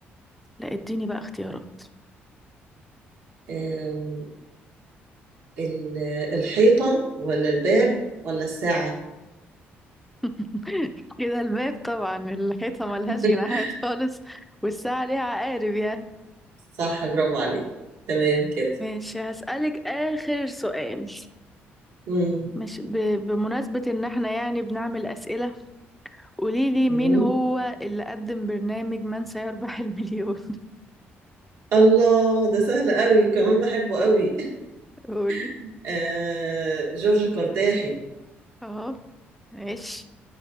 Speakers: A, in the centre; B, on the right.
A: لا اديني بقى اختيارات
B: آم، ال- الحيطة ولا الباب ولا الساعة
A: <laughs> كده الباب طبعا الحيطة ملهاش
B: <laughs>
A: جناحات خالص والساعة ليها عقارب يا
B: صح برافو عليك تمام كده
A: ماشي هسألك آخر سؤال
B: مم.
A: مش ب... بمناسبة إن احنا يعني بنعمل أسئلة قوليلي
B: مم.
A: مين هو اللي قدم برنامج من سيربح المليون
B: الله ده سهل قوي كمان بحبه قوي
A: <laughs> قولي
B: <laughs> آه، جورج قرداحي
A: اهو ماشي